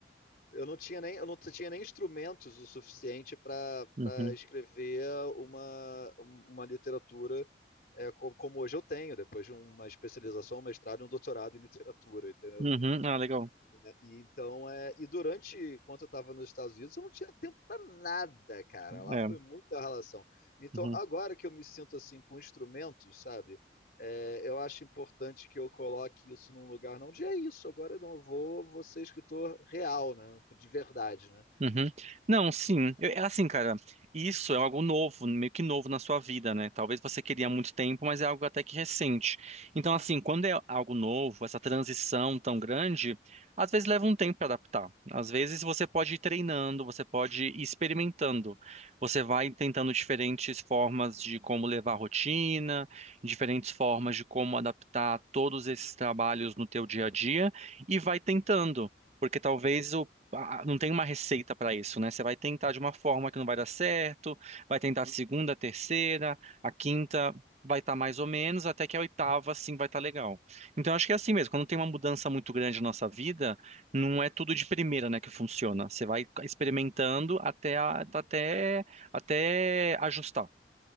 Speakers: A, on the left; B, on the right.
A: eu não tinha nem, eu não tinha nem instrumentos o suficiente para
B: Uhum,
A: para escrever uma, uma literatura é, co- como hoje eu tenho, depois de uma especialização, um mestrado e um doutorado em literatura, entendeu?
B: uhum. Ah, legal.
A: É, E, então, é, e durante, enquanto eu estava nos Estados Unidos, eu não tinha tempo para nada, cara. Lá
B: É.
A: foi muita relação. Então,
B: uhum.
A: agora que eu me sinto assim com instrumentos, sabe? É, eu acho importante que eu coloque isso num lugar não de é isso, agora eu não vou, vou ser escritor real, né? De verdade, né?
B: Uhum. Não, sim. Eu- é assim, cara, isso é algo novo, meio que novo na sua vida, né? Talvez você queria há muito tempo, mas é algo até que recente. Então, assim, quando é algo novo, essa transição tão grande, às vezes leva um tempo para adaptar. Às vezes você pode ir treinando, você pode ir experimentando. Você vai tentando diferentes formas de como levar a rotina, diferentes formas de como adaptar todos esses trabalhos no teu dia a dia e vai tentando. Porque talvez ah, não tem uma receita para isso, né? Você vai tentar de uma forma que não vai dar certo, vai tentar a segunda, a terceira, a quinta vai estar mais ou menos, até que a oitava sim vai estar legal. Então acho que é assim mesmo, quando tem uma mudança muito grande na nossa vida, não é tudo de primeira, né, que funciona. Você vai experimentando até a- até até ajustar.